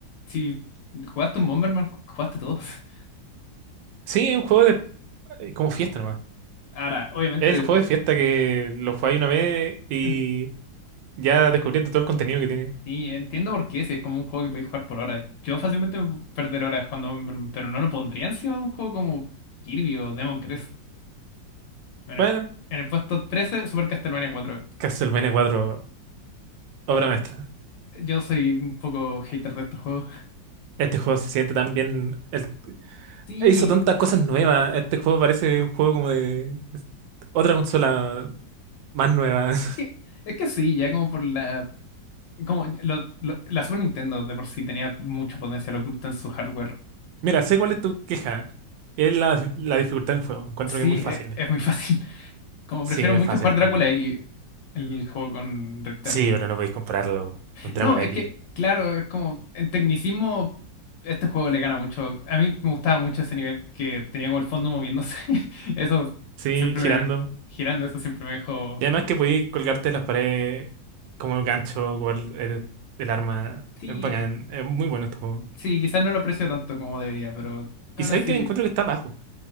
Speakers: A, on the left; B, on the right.
A: si jugaste un Bomberman, jugaste todos. <laughs>
B: Sí, es un juego de eh, como fiesta nomás.
A: Ahora, obviamente,
B: Es el juego de fiesta que lo jugáis una vez y
A: en-
B: ya descubriste todo el contenido que tiene.
A: y entiendo por qué, si es como un juego que podéis jugar por horas. Yo fácilmente me puedo perder horas jugando Bomberman, pero no lo pondría encima de un juego como Kirby o Demon Crest. Bueno,
B: Bueno,
A: en el puesto 13 Super Castlevania cuatro
B: Castlevania 4, obra maestra.
A: Yo soy un poco hater de estos juegos.
B: Este juego se siente tan bien. el-
A: Sí,
B: hizo tantas cosas nuevas. Este juego parece un juego como de otra consola más nueva. <laughs>
A: es que, es que sí, ya como por la. Como lo- lo- la Super Nintendo de por sí tenía mucho potencial oculto en su hardware.
B: Mira, sé cuál es tu queja. Es la, la dificultad del juego. Encuentro
A: Sí,
B: que es muy
A: e-
B: fácil.
A: es, muy <laughs> fácil. Como
B: Sí,
A: prefiero
B: es
A: mucho
B: fácil
A: jugar
B: el juego.
A: Drácula X, el juego con Richter.
B: Sí, pero no podéis compararlo con Dragon
A: No,
B: X.
A: es que, claro, es como en tecnicismo, este juego le gana mucho. A mí me gustaba mucho ese nivel que tenía como el fondo moviéndose. <laughs> Eso
B: Sí,
A: siempre
B: girando.
A: me, girando, eso siempre me dejó
B: Y además que podías colgarte de las paredes como el gancho, como el, el- el arma.
A: Sí,
B: Es bacán, es muy bueno este juego.
A: sí, quizás no lo aprecio tanto como debería, pero ahora
B: Y sabéis
A: sí.
B: que encuentro que está bajo